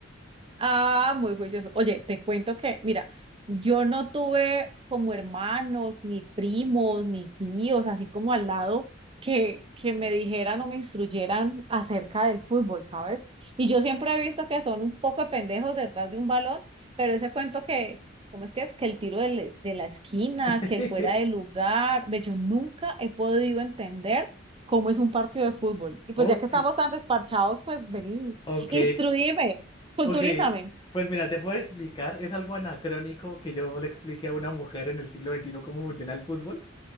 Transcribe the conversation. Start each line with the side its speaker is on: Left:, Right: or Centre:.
Right: Ah, muy juicioso. Oye, te cuento que, mira, yo no tuve como hermanos, ni primos, ni tíos, así como al lado, que, que me dijeran o me instruyeran acerca del fútbol, ¿sabes? Y yo siempre he visto que son un poco de pendejos detrás de un balón, pero ese cuento que, ¿cómo es que es? Que el tiro del- de la esquina,
Left: <laughs>
Right: que el fuera de lugar, ve, yo nunca he podido entender cómo es un partido de fútbol. Y pues
Left: Ok,
Right: ya que estamos tan desparchados, pues vení.
Left: ok,
Right: Instruíme, Culturízame.
Left: ok. Pues mira, te puedo explicar, es algo anacrónico que yo le explique a una mujer en el siglo XXI cómo funciona el fútbol.